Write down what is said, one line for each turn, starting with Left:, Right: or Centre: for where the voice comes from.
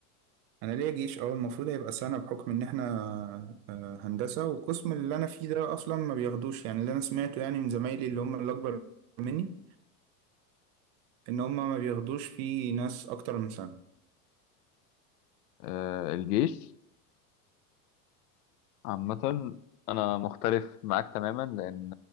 Right: انا ليا جيش اه المفروض هيبقى سنه بحكم ان احنا آه، هندسه والقسم اللي انا فيه ده اصلا ما بياخدوش يعني اللي انا سمعته يعني من زمايلي اللي هم اللي اكبر مني ان هم ما بياخدوش فيه ناس اكتر من سنه
Left: آه، الجيش عامه انا مختلف معاك تماما لان